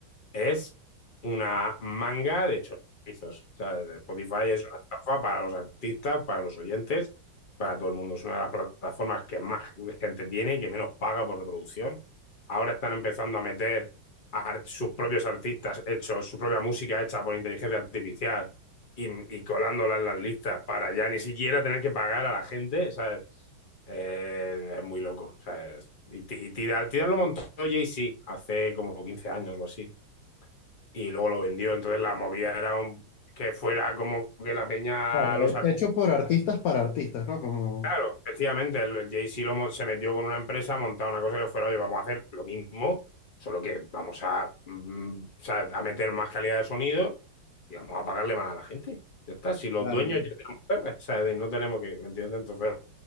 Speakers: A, on the left; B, on the left.
A: es una manga de chorizos. O sea, Spotify es una estafa para los artistas, para los oyentes, para todo el mundo. Es una de las plataformas que más gente tiene y que menos paga por reproducción. Ahora están empezando a meter a sus propios artistas hechos, su propia música hecha por inteligencia artificial y, y colándola en las listas para ya ni siquiera tener que pagar a la gente. O sea, eh, es muy loco. O sea, es- y, Tidal, Tidal lo montó Jay-Z hace como 15 años o así y luego lo vendió. Entonces la movida era un- que fuera como que la peña
B: claro,
A: los
B: he-
A: artistas.
B: hecho por artistas para artistas, ¿no? Como,
A: Claro, efectivamente, el, el Jay-Z lo mo- se metió con una empresa, montó una cosa que fuera, oye, vamos a hacer lo mismo, solo que vamos a, mm, o sea, a meter más calidad de sonido y vamos a pagarle más a la gente. Ya está, si los
B: claro,
A: dueños
B: claro,
A: ya tenemos verdes, o sea, de- no tenemos que, ¿me entiendes? Entonces,